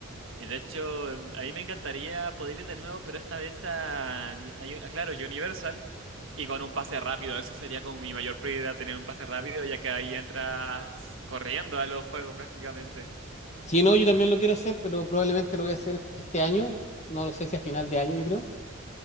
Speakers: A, on the right; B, on the left.
A: Y de hecho, em, a mí me encantaría poder ir de nuevo, pero esta vez a, a- a- claro, Universal y con un pase rápido. Eso sería como mi mayor prioridad, tener un pase rápido, ya que ahí entras corriendo a los juegos prácticamente.
B: Sí, no, yo también lo quiero hacer, pero probablemente lo voy a hacer est- este año, no lo sé si a final de año, yo creo.